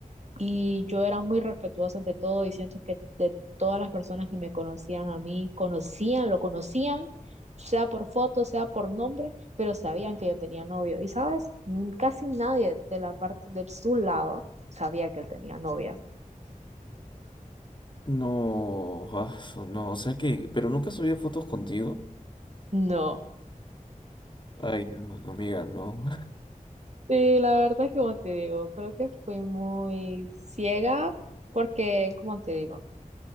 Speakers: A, on the right; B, on the left.
A: Y yo era muy respetuosa ante todo y siento que de todas las personas que me conocían a mí, conocían, lo conocían, sea por foto, sea por nombre, pero sabían que yo tenía novio. Y sabes, Mm, casi nadie de la parte de su lado sabía que él tenía novia.
B: No, ah, su- no, o sea que, pero nunca subía fotos contigo.
A: No.
B: Ay, no, amiga, no. <laughs>
A: Sí, la verdad es que como te digo, creo que fui muy ciega porque, como te digo,